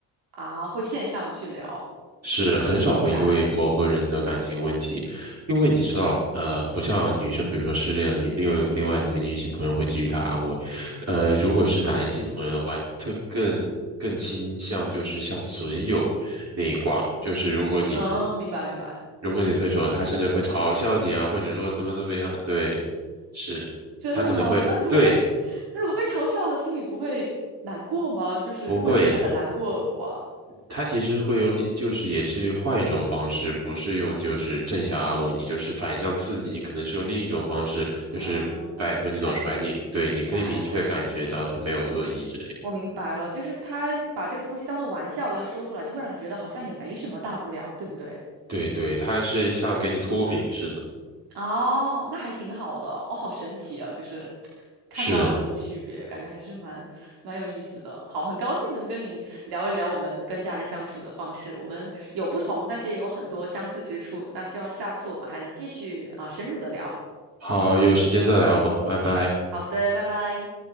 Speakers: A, on the right; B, on the right.
A: 啊，会线上去聊，
B: 是很少会因为某个人的感情问题，
A: 明白了，
B: 因为你知道，呃，不像女生，比如说失恋了，女另另外你们女性朋友会给予她安慰，呃，如果是男性朋友的话，特更更倾向就是像损友那一挂，就是如果你
A: 嗯，明白明白，
B: 如果你分手，他甚至会嘲笑你啊，或者说怎么怎么样，对，是，
A: 真的吗？
B: 他可能会对，
A: 那如果被那如果被嘲笑了，心里不会难过吗？就是如果你真的很难过的话，
B: 不会，他其实会用力，就是也是换一种方式，不是用就是正向安慰你，就是反向刺激你，可能是用另一种方式，就是拜托你走出来，
A: 啊，感
B: 你对，
A: 明白了，
B: 你可以明确感觉到他没有恶意之类的。
A: 我明白了，就是他把这个东西当做玩笑一样说出来，就会让你觉得好像也没什么大不了，对不对？
B: 对对，他是像给你脱敏似的。
A: 哦，那还挺好的，哦，好神奇啊！就是看到了这种区别，
B: 是，
A: 感觉还是蛮蛮有意思的。好，很高兴能跟你聊一聊我们跟家人相处的方式，我们有不同，但是也有很多相似之处。那希望下次我们还能继续啊，深入的聊。
B: 好，有时间再聊吧，拜拜。
A: 好的，拜拜。